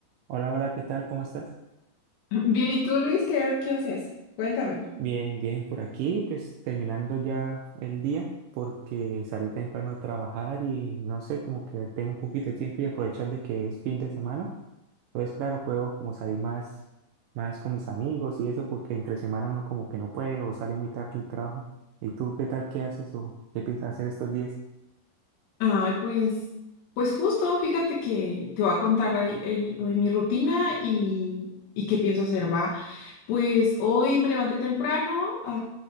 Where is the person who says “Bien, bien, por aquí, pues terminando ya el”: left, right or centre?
Right